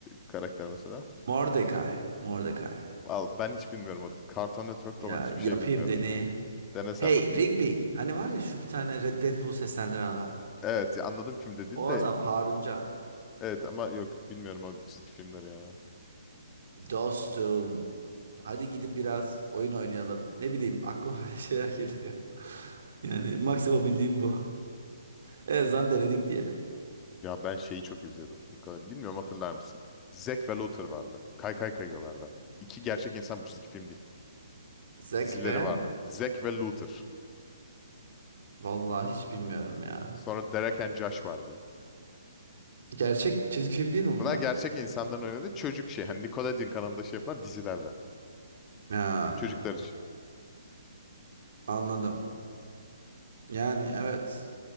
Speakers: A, on the left (about 20°); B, on the right (about 55°).
A: karakter mesela?
B: Mordecai. Mordecai.
A: Al ben hiç bilmiyorum o Cartoon Network'ta
B: Ya
A: olan hiçbir
B: yapayım
A: şey bilmiyorum
B: deneyi.
A: ya. Dene sen
B: Hey
A: bakayım.
B: Rigby. Hani var ya şu bir tane Red- Deadpool'u seslendiren adam.
A: Evet ya anladım kim dediğin
B: O
A: de
B: adam Haruncan.
A: evet ama yok bilmiyorum o çizgi filmleri ya.
B: Dostum. Hadi gidip biraz oyun oynayalım. Ne bileyim aklıma <laughs> böyle şeyler geliyor. Yani maksimum bildiğim bu. En azından denedik diyelim.
A: Ya ben şeyi çok izliyordum. Nikola- Bilmiyorum hatırlar mısın? Zack ve Luther vardı. Kay Kay Kaygılar'da. İki gerçek insan bu çizgi film değil.
B: Zack
A: Dizileri
B: ve
A: vardı. Zack ve Luther.
B: vallahi hiç bilmiyorum ya.
A: Sonra Derek and Josh vardı.
B: Gerçek çizgi film değil mi bunlar?
A: Bunlar gerçek insanların oynadığı çocuk şey. Hani Nickelodeon kanalında şey yapılan dizilerde.
B: Ha,
A: Çocuklar için.
B: anladım. Yani evet.